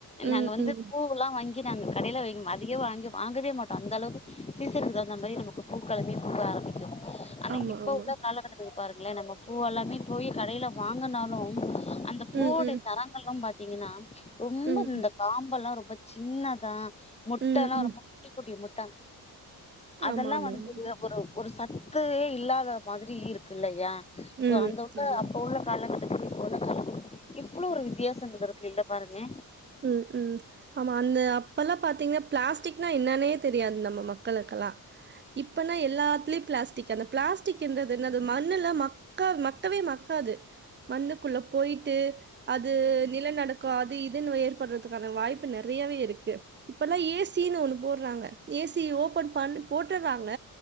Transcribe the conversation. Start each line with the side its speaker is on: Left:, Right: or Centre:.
Left: நாங்க
Right: ம்
Left: வந்து
Right: ம்
Left: பூவெல்லாம் வாங்கி நாங்க கடையில அதிக வாங்கி வாங்கவே மாட்டோம் அந்த அளவுக்கு சீசனுக்கு தகுந்த மாரி நமக்கு பூக்களுமே பூக்க ஆரம்பிக்கும் ஆனா,
Right: ஆமா
Left: இப்ப
Right: ஆமா
Left: உள்ள காலக்கட்டத்துக்கு பாருங்களேன் நம்ம பூ எல்லாமே போய் கடையில வாங்கனாலும் அந்த பூவோடய
Right: ம் ம்
Left: தரங்கள்லாம் பாத்தீங்கன்னா ரொம்ப
Right: ம்
Left: இந்த காம்பெல்லாம் ரொம்ப ஜின்னதா மொட்டல்லாம்
Right: ம் ம்
Left: ரொம்ப குட்டி குட்டி மொட்டா அதெல்லாம்
Right: ஆமா ஆமா
Left: வந்து
Right: ஆமா
Left: ஒரு ஒரு சத்தே இல்லாத மாதிரி இருக்கு இல்லையா சோ
Right: ம்
Left: அந்த உள்ள
Right: ஆமா
Left: அப்ப உள்ள காலக்கட்டத்துக்கு இப்புள்ள காலக்கத்து எவ்ளோ ஒரு வித்தியாசங்கள் இருக்கு இல்ல பாருங்க
Right: ம் ம் ஆமா அந்த அப்ப எல்லாம் பாத்தீங்கன் பிளாஸ்டிக்னா என்னன்னே தெரியாது நம்ம மக்களுக்கெல்லாம் இப்பனா எல்லாத்துல பிளாஸ்டிக் அந்த பிளாஸ்டிக்ன்றது என்னது மண்ணுல மக் க மக்கவே மக்காது மண்ணுக்குள்ள போயிட்டு அது நில நடுக்ககோ அது இது <unintelligible> ஏற்படுறதுக்கான வாய்ப்பு நெறயவே இருக்கு இப்பல்லாம் ஏசினு ஒண்ணு போட்றாங்க ஏசி ஓபன் பண் போட்டுறாங்க